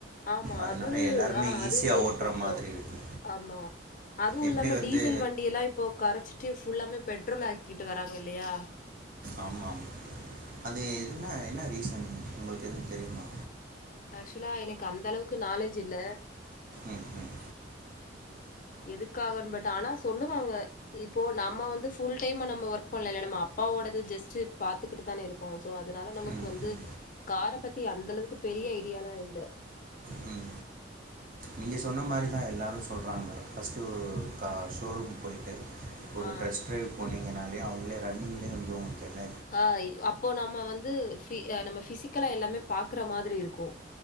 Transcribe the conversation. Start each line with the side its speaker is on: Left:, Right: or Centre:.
Left: ஆமா
Right: அதனால
Left: அது
Right: எல்லாருமே
Left: ஆ அது
Right: ஈஸியாக
Left: கேள்விப்பட்டோ
Right: ஓட்டுற மாதிரி இருக்கு
Left: ஆமா அதுவு
Right: எப்படி
Left: இல்லாம
Right: வந்து
Left: டீசல் வண்டி எல்லா இப்ப கரைச்சிட்டு ஃபுல்லாம பெட்ரோல் ஆக்கிட்டு வரங் களையா
Right: ஆமா ஆமா அது எதுன என்ன ரீசன் உங்களுக்கு எது தெரியுமா
Left: ஆக்சுவலா எனக்கு அந்த அளவுக்கு நாலேஜ் இல்ல
Right: ம் ம்
Left: எதுக்காகு பட் ஆனா சொல்லுவாங்க இப்போ நம்ம வந்து பூல் டைம்மா நம்ம ஒர்க் பண்லல நம்ம அப்பாவோட ஜஸ்ட் பாத்துக்கிட்டு தானே இருக்போ சோ அதனால நமக்கு
Right: ம்
Left: வந்து
Right: ம்
Left: கார பத்தி அந்த அளவுக்கு பெ ரிய ஐடியாலா இல்ல
Right: உம் நீங்க
Left: ம்
Right: சொன்ன மாதிரி தா எல்லாரு சொல்றாங்க ஃபர்ஸ்ட்டு கா ஷோரூம் போயிட்டு ஒரு
Left: ஆ
Right: டெஸ்ட் டிரரைவ் போனீங்கனாலே அவங்களே ரன்னிங்லே வந்து உங்களுக்கு என்ன
Left: ஆ அப்போ நம்ம வந்து நம்ம பிசிக்கலா எல்லாமே பாக்குற மாதிரி இருக்கு